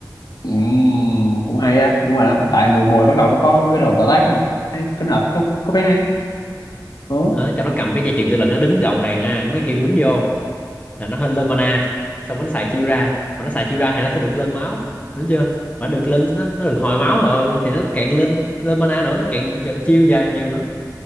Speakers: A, on the left; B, on the left.
A: Ừm, cũng hay á đúng rồi đó tại mùa mùa bắt đầu nó có mấy cái đồ tạo tác mà hay kết hợp có có vẻ hay ừ.
B: đó cho nó cầm cái dây chuyền tự lực nó đứng đầu hàng ha mấy kia quýnh vô là nó hơi lên mana xong rồi nó xài chiêu ra mà nó xài chiêu ra thì nó sẽ được lên máu đúng chưa mà được lên nó, nó được hồi máu rồi thì nó càng lên lên mana nữa nó càng dòng chiêu dài nhiều nữa